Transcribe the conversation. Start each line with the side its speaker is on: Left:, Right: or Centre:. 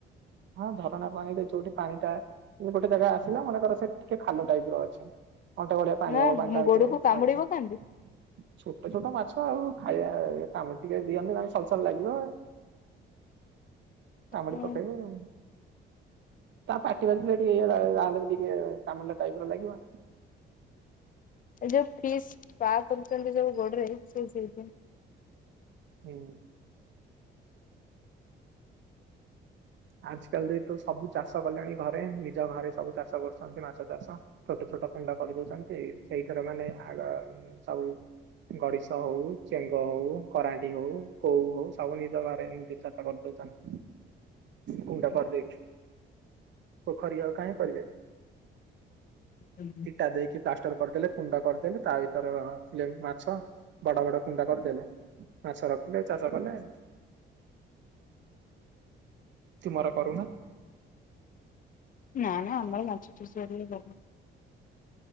Right: ହଁ ଝରଣା ପାଣିରେ ଯୋଉଠି ପାଣି ଟା ଗୋଟେ ଜାଗା ଆସିଲା। ମନେକର ସେଠି ଟିକେ ଖାଲ ଟାଇପ ର ଅଛି। ଅଣ୍ଟେ କଡ଼ିଆ ପାଣି
Left: ନା
Right: ହବ। ତାଙ୍କ ଅଇତରେ
Left: ଗୋଡକୁ କାମୁଡିବ
Right: ସାଇଟ୍‌ରେ।
Left: କାନ୍ତି
Right: ଛୋଟ ଛୋଟ ମାଛ ଆଉ ଖାଇବା କାମ ଟିକେ ଦିଅନନ୍ତେ ସଲସଲ ଲାଗିବ।
Left: <inaudible>
Right: କାମୁଡ଼ି
Left: ଏ
Right: ପକେଇବଅ ତା ପାଟି ବାଜି ଲେଟ ହୋଇଗଲା। ଯାହେଲେ ବି ଟିକେ କାମୁଡ଼ିଲା ଟାଇପ୍ ର ଲାଗିବ
Left: ଏଇ ଯୋଉ ଫିସ୍ ସ୍ପା କରୁଛନ୍ତି ଯୋଉ ଗୋଡରେ ସେ ସେଇଥି
Right: ହୁଁ। ଆଜି କାଲିତ ଏଇତ ସବୁ ଚାଷ କଲେଣି ଘରେ। ନିଜ ଘରେ ସବୁ ଚାଷ କରୁଛନ୍ତି ମାଛ ଚାଷ। ଛୋଟ ଛୋଟ କୁଣ୍ଡ କରିଦଉଛନ୍ତି। ସେଇଥିରେ ମାନେ ଆଗ ସବୁ ଗଡିଶ ହଉ, ଚେଙ୍ଗ ହଉ, କରାଣ୍ଡି ହଉ, କୋଉ ହଉ ସବୁ ନିଜ ଘରେ ଏମତିକା ହଁ କରିଦେଉଚନ। <inaudible> କୋଡା କରିଦେଉଛୁଁ। ପୋଖରୀ ଆଉ କାହିଁ କରିବେ
Left: ହୁଁ
Right: ଇଟା ଦେଇକି ପ୍ଲାଷ୍ଟର କରିଦେଲେ କୁଣ୍ଡ କରିଦେଲେ ତା ଭିତରେ ମାଛ। ବଡ ବଡ କୁଣ୍ଡ କରିଦେଲେ ମାଛ ରଖିଲେ ଚାଷ କଲେ। ତୁମର କରୁନ।
Left: ନା ନା ଆମର ମାଛ ଚାଷ ହାରିକା କରୁନୁ।